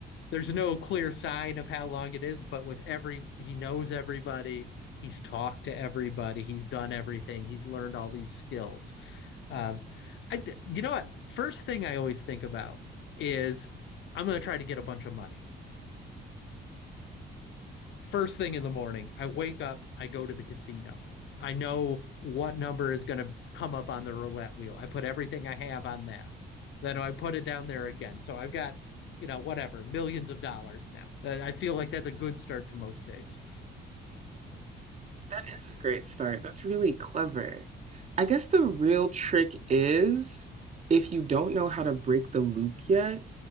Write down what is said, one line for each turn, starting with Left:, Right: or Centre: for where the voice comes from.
Left: there's no clear sign of how long it is, but with every, he knows everybody. He's talked to everybody. He's done everything. He's learned all these skills. Um, I, you know what? First thing I always think about is I'm going to try to get a bunch of money First thing in the morning, I wake up, I go to the casino. I know what number is going to come up on the roulette wheel. I put everything I have on that. Then I put it down there again. So I've got, you know, whatever, millions of dollars now. I feel like that's a good start to most days.
Right: That is a great start. That's really clever. I guess the real trick is if you don't know how to break the loop yet